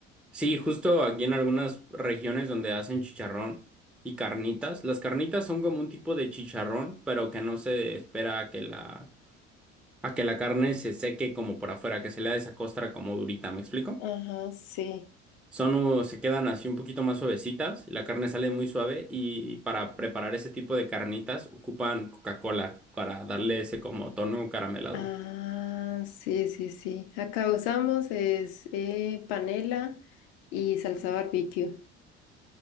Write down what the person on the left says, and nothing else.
Ajá, sí.
Ah, sí, sí, sí. Acá usamos es eh, panela y salsa barbecue.